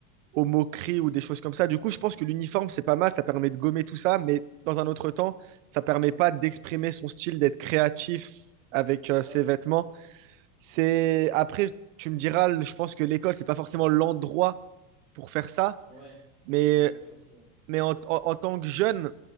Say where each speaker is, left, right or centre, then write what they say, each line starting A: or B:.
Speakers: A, on the right; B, on the right.
A: aux moqueries ou des choses comme ça. Du coup, je pense que l'uniforme, c'est pas mal, ça permet de gommer tout ça, mais dans un autre temps, ça permet pas d'exprimer son style, d'être créatif avec euh,
B: Ouais,
A: ses vêtements. C'est après, tu me diras, le- je pense que l'école, c'est pas forcément l'endroit pour faire ça,
B: ouais.
A: mais,
B: J'allais le dire aussi, ouais.
A: mais en, en- en tant que jeune,